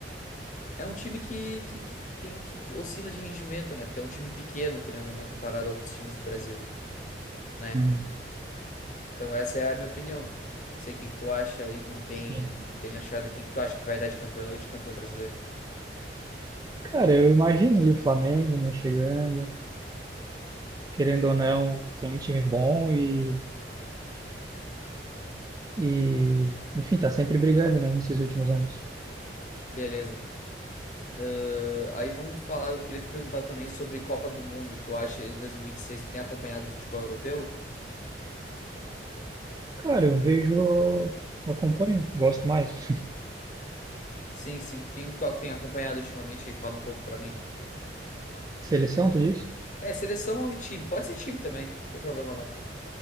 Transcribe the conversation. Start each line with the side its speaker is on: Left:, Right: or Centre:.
Left: É um time que, que, que tem que, que oscila de rendimento, né? Porque é um time pequeno, querendo ou não, comparado a outros times do Brasil, né?
Right: uhum.
Left: Então essa é a minha opinião. Sei o que que tu acha aí, não tem,
Right: Sim.
Left: tem achado o que que tu acha que vai dar de campeão de campeão brasileiro.
Right: Cara, eu imagino ali o Flamengo, né, chegando. querendo ou não, tem um time bom e, e enfim, tá sempre brigando, né, nesses últimos anos.
Left: Beleza. Ahn, aí vamos falar, eu queria te perguntar também sobre Copa do Mundo. Tu acha em 2026 tu tem acompanhado o futebol europeu?
Right: Cara, eu vejo, acompanho, gosto mais. <laughs>
Left: Sim, sim. Quem que tu tem acompanhado ultimamente aí? Fala um pouco pra mim.
Right: Seleção, tu disse?
Left: É, seleção ou time? Pode ser time também, não tem problema não.